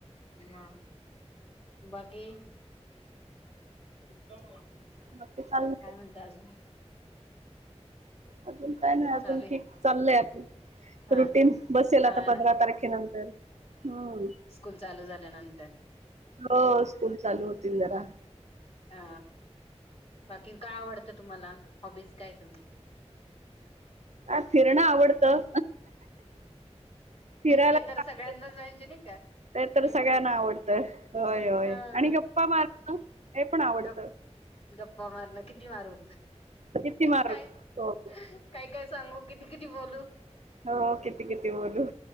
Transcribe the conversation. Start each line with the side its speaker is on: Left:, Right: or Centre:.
Left: म बाकी काय
Right: बाकी चाललंय
Left: म्हणत अजून
Right: अजून काय नाही अजून
Left: चालू आहे.
Right: ठीक चाललंय आपण
Left: हा,
Right: रुटीन बसेल आता
Left: हा ना.
Right: पंधरा तारखेनंतर हम्म
Left: स्कूल चालू झाल्यानंतर
Right: हो स्कूल चालू होतील जरा
Left: अ बाकी काय आवडतं तुम्हाला हॉबीज काय तुमच्या
Right: ह फिरणं आवडतं फिरायला
Left: ते तर
Right: आवडतं.
Left: सगळ्यांनाच म्हहिजे नाही का
Right: ते तर
Left: एकदम
Right: सगळ्यांना आवडतं होयय
Left: हा
Right: आणि गप्पा मारण हे पण आवडतं
Left: गप गप्पा मारण किती मारू
Right: किती मारू
Left: काय
Right: हो
Left: काय काय सांगू किती किती बोलू
Right: हो किती किती बोलू